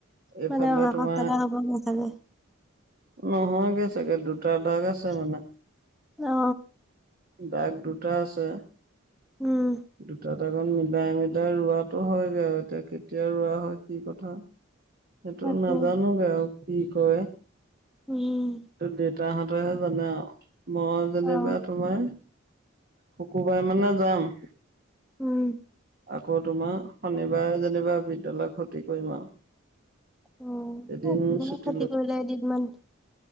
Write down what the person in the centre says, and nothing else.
মানে অহা
সপ্তাহলে হ'ব গে চাগে।
অ
উম
তাকে
উম।
অ
উম।
অ',
একো নহয়
ক্ষতি
কৰিলে এদিনমান।